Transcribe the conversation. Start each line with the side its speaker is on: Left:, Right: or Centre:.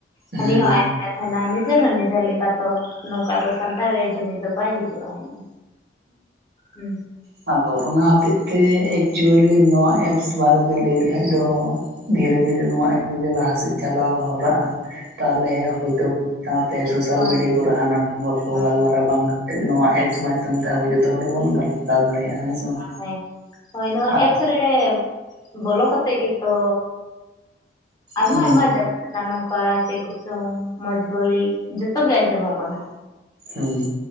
Left: ᱦᱟᱹᱱᱤ
Right: ᱦᱩᱸ
Left: ᱦᱚᱸ ᱟᱡ ᱛᱟᱦᱮ ᱱᱟ ᱱᱤᱡᱮᱨ ᱦᱚᱸ ᱱᱤᱡᱮᱨ ᱞᱮᱠᱟ ᱛᱮ ᱱᱚᱝ ᱠᱟ ᱫᱚ ᱥᱟᱱᱛᱟᱲ ᱨᱮᱭᱟᱜ ᱡᱩᱢᱤᱫ ᱫᱚ ᱵᱟᱭ ᱦᱤᱡᱩᱜᱼᱟ ᱦᱚᱜ ᱫᱚ ᱦᱩᱸ
Right: ᱦᱩᱸ ᱛᱚ ᱚᱱᱟ ᱦᱚᱛᱮᱡ ᱛᱮ ᱮᱠᱪᱩᱣᱩᱞᱤ ᱱᱚᱣᱟ ᱮᱯᱥ ᱵᱟᱨᱮ ᱛᱮ ᱞᱟᱹᱭ ᱞᱮ ᱠᱷᱟᱡ ᱫᱚ ᱫᱷᱤ ᱨᱮ ᱫᱷᱤ ᱨᱮ ᱱᱚᱣᱟ ᱮᱯᱥ ᱡᱩᱫᱤ ᱞᱟᱦᱟ ᱥᱮᱫ ᱪᱟᱞᱟᱣ ᱦᱚᱨᱟᱜᱼᱟ ᱛᱟᱞᱮ ᱦᱳᱭ ᱛᱚ ᱥᱟᱶ ᱛᱮ ᱥᱳᱥᱟᱞ
Left: ᱦᱳᱭ
Right: ᱢᱤᱰᱤᱭᱟ ᱠᱚ ᱨᱮ ᱦᱟᱱᱟ ᱜᱚᱞᱯᱚ
Left: ᱦᱳᱭ
Right: ᱜᱟᱞ ᱢᱟᱨᱟᱣ ᱵᱟᱝ ᱱᱚᱣᱟ ᱮᱯᱥ ᱢᱟᱫᱽ ᱫᱷᱚᱢ ᱛᱮ ᱟᱵᱚ ᱡᱷᱚᱛᱚ ᱦᱚᱲ ᱵᱚᱱ ᱜᱟᱞ ᱢᱟᱨᱟᱣ ᱫᱟᱲᱮ ᱭᱟᱜᱼᱟ ᱦᱮᱸ ᱥᱮ ᱵᱟᱝ
Left: ᱦᱮᱸ ᱦᱳᱭ ᱱᱚᱣᱟ
Right: ᱟᱨ
Left: ᱮᱯᱥ ᱨᱮ ᱵᱚ ᱞᱚ ᱠᱟᱛᱮ ᱜᱮ ᱛᱚ ᱟᱭᱢᱟ
Right: ᱦᱩᱸ
Left: ᱟᱭᱢᱟ ᱡᱟᱭ ᱜᱟ ᱢᱮᱱᱟᱜᱼᱟ ᱱᱚᱝ ᱠᱟ ᱪᱮᱫ ᱠᱚ ᱪᱚᱝ ᱢᱚᱡᱽ ᱵᱟᱹᱲᱤᱡ ᱡᱷᱚᱛᱚ ᱜᱮ ᱟᱸᱡᱚ ᱢᱚᱜ ᱠᱟᱱᱟ
Right: ᱦᱮᱸ